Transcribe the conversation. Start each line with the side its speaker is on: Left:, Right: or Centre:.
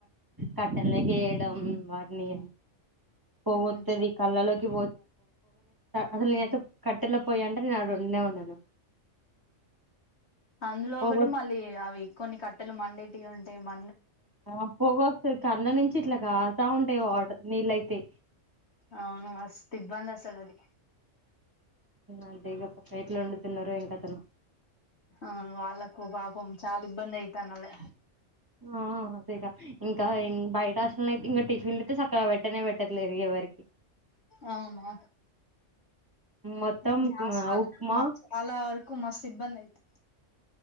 Right: కట్టలు ఏగేయడం వాటిని పోత్తది
Left: ఉమ్
Right: కళ్ళ లోకి అసలు నేనైతే కట్టెలో పోయా అంటే నేను అడ ఉండనే ఉన్నాను
Left: అందులో
Right: పొగ
Left: ఒకటి మళ్ళీ అవి కొన్ని కట్టెలు మండేటివి ఉంటాయి మ
Right: ఆ పోగ వస్తది కళ్ళ నుంచి ఇట్లా కరుతా ఉంటాయి వాటర్ నీళ్ళయితే
Left: అవును మస్తు ఇబ్బంది అసలు అది
Right: అంతేగా ఎట్లా వండుతున్నారొ ఏం కథానో
Left: అవును వాళ్ళాకు పాపం చాలా ఇబ్బంది అయితాన్నది
Right: ఆ ఇంకా బయట హాస్టల్ లో అయితే ఇంకా టిఫిన్లు అయితే చక్కగా పెట్టనే పెట్టట్లేదు ఎవరికి
Left: అవునా
Right: మొత్తం
Left: గ్యాస్ వల్ల
Right: ఉప్మా
Left: మాకు చాలా వరకు మస్తు ఇబ్బంది అయితుంది